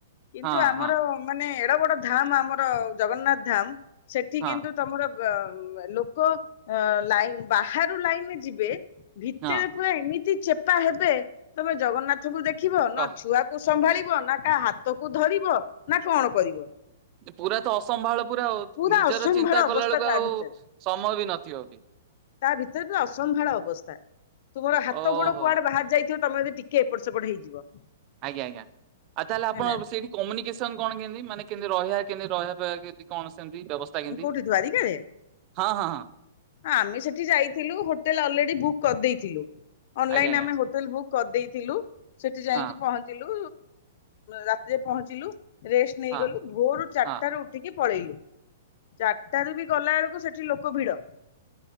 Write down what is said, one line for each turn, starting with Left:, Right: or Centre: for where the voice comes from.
Left: କିନ୍ତୁ
Right: ହଁ
Left: ଆମର
Right: ହଁ
Left: ମାନେ ଏଡ ବଡ ଧାମ ଆମର ଜଗନ୍ନାଥ ଧାମ୍। ସେଠି
Right: ହଁ
Left: କିନ୍ତୁ ତମର ଲୋକ ଲାଇନ୍ ବାହାରୁ ଲାଇନରେ ଯିବେ ଭିତରେ
Right: ହଁ
Left: ପୁର ଏମିତି ଚେପା ହେବେ ତମେ ଜଗନ୍ନାଥଙ୍କୁ ଦେଖ ଦେଖିବ କି
Right: କହ
Left: ଛୁଆକୁ ସମ୍ଭାଳିବ ନା କାହା ହାତକୁ ଧରିବ ନା କଣ କରିବ?
Right: ପୁରା ତ ଅସମ୍ଭାଳ। ପୁରା ଆଉ
Left: ପୁରା
Right: ନିଜର
Left: ଅସମ୍ଭାଳ
Right: ଚିନ୍ତା
Left: ଅବସ୍ଥା
Right: କଲା ବେଳକୁ
Left: ତା
Right: ଆଉ
Left: ଭିତରେ
Right: ସମୟ ବି ନଥିବ ବି
Left: ତା ଭିତରେ ଅସମ୍ଭାଳ ଅବସ୍ଥା ତୁମର ହାତ
Right: ଓହୋ
Left: ଗୋଡ କୁଆଡେ ବାହାରି ଯାଇଥିବ ତମେ ବି ଟିକେ ଏପଟ ସେପଟ ହେଇଯିବ।
Right: ଆଜ୍ଞା ଆଜ୍ଞା ଆଉ ତାହେଲେ ଆପଣ
Left: ହେଲା
Right: ସେଇଠି କମ୍ୟୁନିକେସନ କଣ କେତି ମାନେ କେମିତି ରହିବା କେମତି ରହିବା କେନ୍ତି କଣ? ସେମିତି ବ୍ୟବସ୍ଥା କେମିତି
Left: ମୁଁ କଉଠି ଦ୍ୱାରିକା ରେ
Right: ହଁ ହଁ ହଁ
Left: ହଁ ଆମେ ସେଠି ଯାଇଥିଲୁ ହୋଟେଲ ଅଲରେଡି ବୁକ୍ କରିଦେଇଥିଲୁ। ଅନଲାଇନ
Right: ଆଜ୍ଞା ଆଜ୍ଞା
Left: ଆମେ ହୋଟେଲ ବୁକ୍ କରିଦେଲୁ। ଲୁ ସେଠି ଯାଇକି
Right: ହଁ
Left: ପହଞ୍ଚିଲୁ। ରାତିରେ ପହଞ୍ଚିଲୁ। ରେଷ୍ଟ ନେଇଗଲୁ
Right: ହଁ
Left: ଭୋରୁୁ ଚାରିଟ
Right: ହଁ
Left: ର ଉଠିକି ପଳେଇଲୁ। ଚାରିଟାରୁ ବି ଗଲା ବେଳକୁ ସେଠି ଲୋକ ଭିଡ।